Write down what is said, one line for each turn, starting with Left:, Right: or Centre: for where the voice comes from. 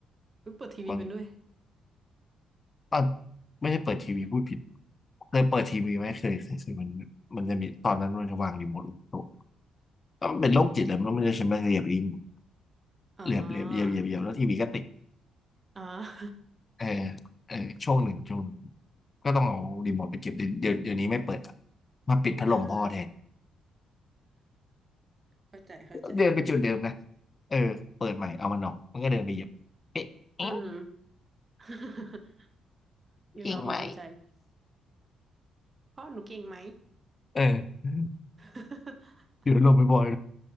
Right: อุ๊ยเปิดทีวีเป็นด้วย
Left: บาง ตอนไม่ได้เปิดทีวีพูดผิดเคยเปิดทีวีไหมเคยเคยเคยมันมันจะมีตอนนั้นมันจะวางรีโมทลงโต๊ะก็มันเป็นโรคจิตแหละมันมันจะใช้มาเหยียบรีโมท
Right: อ๋อ
Left: เหยียบเหยียบเหยียบเหยียบเหยียบแล้วทีวีก็ติด
Right: อ๋อ <laughs>
Left: เออเออช่วงหนึ่งช่วงหนึ่งก็ต้องเอารีโมทไปเก็บเดี๋ยวเดี๋ยวเดี๋ยวนี้ไม่เปิดอะมาปิดพัดลมพ่อแทน
Right: อ๋อ เข้าใจเข้าใจ
Left: เดินไปจุดเดิมนะเออเปิดใหม่เอามันออกมันก็เดินไปเหยียบเอ๊ะเอ๊ะ
Right: อือหือ <laughs> เรียกร้องความสนใจ
Left: จริงไหม
Right: เพราะหนูเก่งไหม
Left: เออ
Right: <laughs>
Left: เดี๋ยวลงไปบ่อย